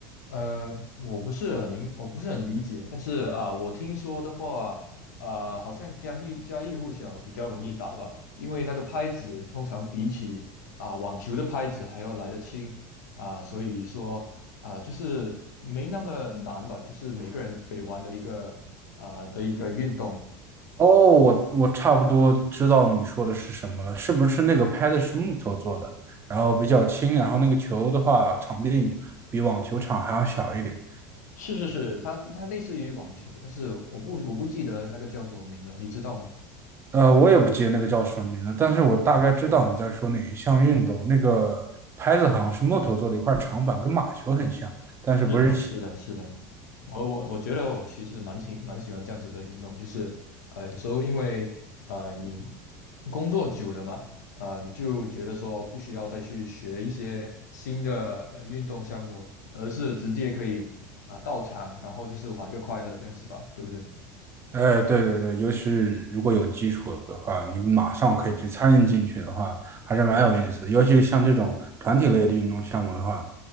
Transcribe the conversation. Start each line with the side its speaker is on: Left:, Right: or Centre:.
Left: 呃，我不是很明，我不是很理解，但是啊、我听说的话，啊、好像家喻家喻户晓，比较容易打吧，因为那个拍子通常比起啊、网球的拍子还要来得轻啊、所以说啊、就是没那么难吧，就是每个人可以玩的一个啊、的一个运动。
Right: 哦，我我差不多知道你说的是什么了，是不是那个拍子是木头做的，然后比较轻，然后那个球的话，场地比网球场还要小一点。
Left: 是是是，它它类似于网球，但是我不我不记得那个叫什么名了，你知道吗？
Right: 呃，我也不记得那个叫什么名字，但是我大概知道你在说哪一项运动。那个拍子好像是木头做的一块长板，跟马球很像，但是不是
Left: 是的，是的，是的。我我我觉得我其实蛮喜蛮喜欢这样子的运动，就是呃有时候因为呃你工作久了嘛，呃你就觉得说不需要再去学一些新的呃运动项目，而是直接可以啊、到场，然后就是玩个快乐这样子吧，对不对？
Right: 哎，对对对，尤其是如果有基础的话，你马上可以去参与进去的话，还是蛮有意思的。尤其是像这种团体类的运动项目的话，